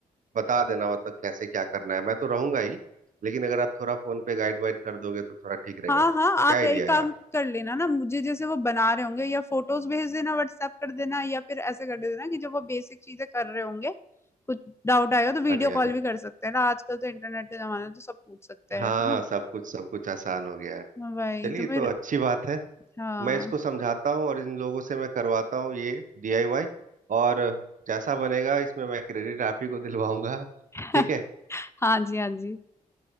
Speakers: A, on the right; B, on the left.
A: बता देना मतलब कैसे क्या करना है मैं तो रहूंगा ही लेकिन अगर आप थोड़ा फोन पे गाइड वाइड कर दोगे तो थोड़ा ठीक रहेगा
B: हाँ हाँ
A: क्या
B: आप
A: आइडिया
B: एक काम
A: है आप
B: कर लेना ना मुझे जैसे वो बना रहे होंगे या फोटोज भेज देना व्हाट्सएप कर देना या फिर ऐसे कर देना कि जब वो बेसिक चीजें कर रहे होंगे कुछ डाउट आएगा तो वीडियो
A: हाँ जी हाँ
B: कॉल
A: जी
B: भी कर सकते हैं ना आजकल तो इंटरनेट का जमाना है तो सब पूछ सकते
A: हाँ
B: हैं तुम्हें
A: सब कुछ सब कुछ आसान हो गया है
B: भाई
A: चलिए
B: तुम्हें
A: तो अच्छी बात है
B: हाँ
A: मैं इसको समझाता हूँ और इन लोगों से मैं करवाता हूँ ये डीआईवाई और जैसा बनेगा इसमें मैं क्रेडिट आप ही को दिलवाऊंगा
B: <laughs>
A: ठीक है
B: हाँ जी हाँ जी